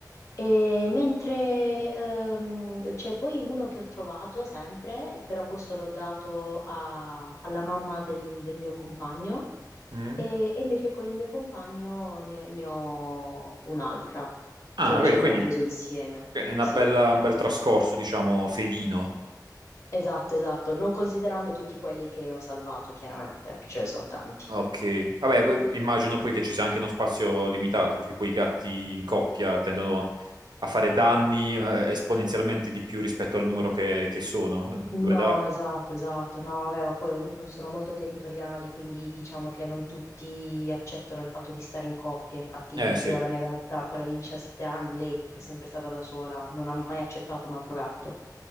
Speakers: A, on the left; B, on the right.
A: E mentre ehm, c'è poi uno che ho trovato sempre, però questo l'ho dato a- alla mamma del, del mio compagno,
B: Mm?
A: e, e invece con il mio compagno ne ne ho un'altra,
B: Ah,
A: che invece
B: beh,
A: abbiamo
B: quindi
A: preso insieme.
B: è una
A: Sì.
B: bella- un bel trascorso, diciamo, felino.
A: Esatto, esatto, non considerando tutti quelli che ho salvato, chiaramente, perché ce ne sono tanti.
B: Ok, vabbè, p- immagino poi che ci sia anche uno spazio limitato, perché poi i gatti in coppia tendono a fare danni eh, esponenzialmente di più rispetto al numero che, che sono. Due
A: No,
B: da...
A: esatto, esatto. No, vabbè, ma poi ogni- sono molto territoriali, quindi diciamo che non tutti accettano il fatto di stare in coppia. Infatti
B: Eh sì,
A: io
B: e
A: ho la mia gatta, quella di 17 anni, lei è sempre stata da sola, non ha mai accettato un altro gatto.